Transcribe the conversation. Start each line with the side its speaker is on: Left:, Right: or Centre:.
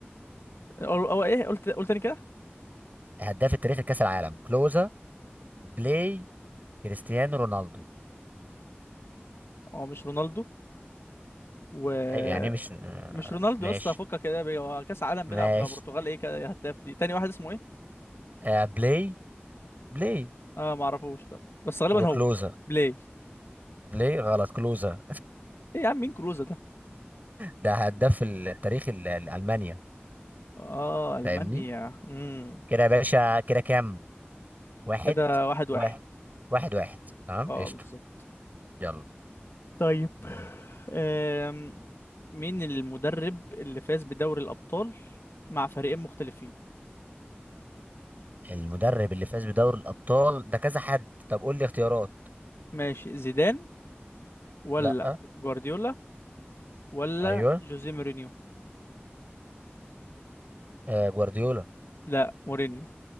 Left: هو هو ايه قلت قلت تاني كده
Right: الهداف التاريخي لكاس العالم كلوزا بلاي كريستيانو رونالدو
Left: هو مش رونالدو ومش
Right: ايوه يعني مش آه،
Left: رونالدو
Right: ماشي
Left: يا اسطى فكك كده بيه. هو كأس عالم
Right: ماشي
Left: بيلعب مع البرتغال ايه كده إيه هداف دي تاني واحد اسمه ايه
Right: آه، بلاي بلاي
Left: اه ما اعرفوش لا بس غالبا
Right: وكلوزا
Left: هو بلاي
Right: بلاي غلط كلوزا
Left: ايه يا عم مين كلوزا ده
Right: ده هداف التاريخي ل- لألمانيا
Left: اه المانيا
Right: فاهمني
Left: امم
Right: كده يا باشا كده كام واحد
Left: كده واحد
Right: واحد
Left: واحد
Right: واحد واحد تمام
Left: اه
Right: قشطة
Left: بالظبط
Right: يلا
Left: طيب أم... مين المدرب اللي فاز بدوري الأبطال مع فريقين مختلفين
Right: المدرب اللي فاز بدوري الأبطال ده كذا حد طب قول لي اختيارات
Left: ماشي زيدان ولا
Right: لا
Left: جوارديولا ولا
Right: ايوه
Left: جوزيه مورينيو
Right: آه، جوارديولا
Left: لا مورينيو